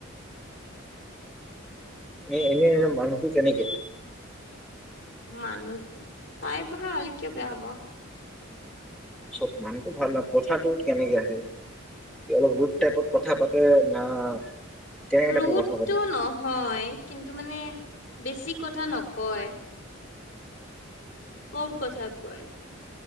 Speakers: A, in the centre; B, on the left.
A: <unintelligible>
B: মানুহ, তাই ভাল কিয় বেয়া হ'ব।
A: <unintelligible> কথাটো কেনেকে আহে। অলপ ৰোদ টাইপত কথা পাতে না তেনেকে
B: ৰোদ
A: টাইপৰ কথা পাতিছিল
B: টো নহয়, কিন্তু, মানে বেছি কথা নকয়। কম কথা কয়।